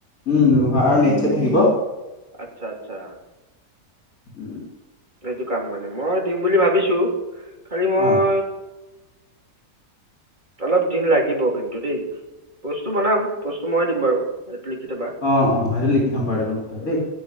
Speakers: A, on the left; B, on the right.
A: উম, লোহাৰৰ নেট ছেট থাকিব।
B: আচ্ছা-আচ্ছা।
A: উম
B: এইটো কাম মানে, মই দিম বুলি ভাবিছো, খালি মই
A: অ
B: অলপ দিন লাগিব কিন্তু দেই। বস্তু বনাম, বস্তু মই দিম বাৰু, এইটো লিখি থ'বা।
A: অ', অ', এইটো লিখি থ'ম বাৰু তোমাৰ তাত
B: উম,
A: দেই।